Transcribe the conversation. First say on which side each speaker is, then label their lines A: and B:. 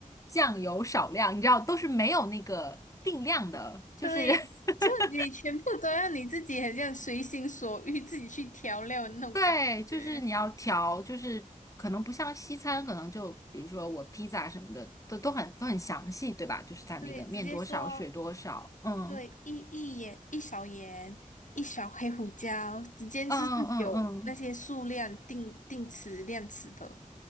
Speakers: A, on the left; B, on the left.
A: 酱油少量，你知道都是没有那个定量的，就是
B: 对，
A: <laughs>
B: 就你全部都要你自己很像随心所欲自己去调料的那种感觉。
A: 对，就是你要调，就是可能不像西餐，可能就比如说我披萨什么的，都都很都很详细，对吧？就是它那个面多少，
B: 对，直接说，
A: 水多少，嗯
B: 对，一一盐一勺盐，一勺黑胡椒，直接就是有那些数量定定词量词的。
A: 嗯嗯嗯嗯，